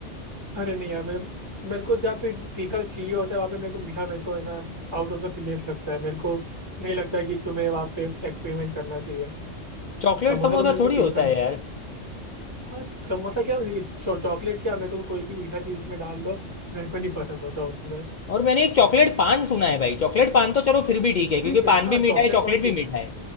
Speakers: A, on the right; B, on the left.
A: अरे नहीं यार मेरे मेरे को जहाँ पे तीखा चाहिए होता है वहाँ पे मेरे को मीठा मेरे को है ना आउट ऑफ द प्लेस लगता है मेरे को नहीं लगता है कि तुम्हें वहाँ पे एक्सपेरिमेंट करना चाहिए
B: चॉकलेट
A: समोसा
B: समोसा
A: तो मेरे को
B: थोड़ी होता
A: तीखा ही
B: है यार
A: हाँ समोसा क्या ये चॉ- चॉकलेट क्या मेरे को तो कोई भी मीठा चीज़ उसमें डाल दो मेरे को नहीं पसंद होता उसमें
B: और मैंने एक चॉकलेट पान सुना है भाई चॉकलेट पान तो चलो फिर भी ठीक है क्योंकि
A: ठीक है
B: पान
A: हाँ
B: भी मीठा
A: चॉकलेट
B: है चॉकलेट
A: पान ठीक
B: भी मीठा
A: है
B: है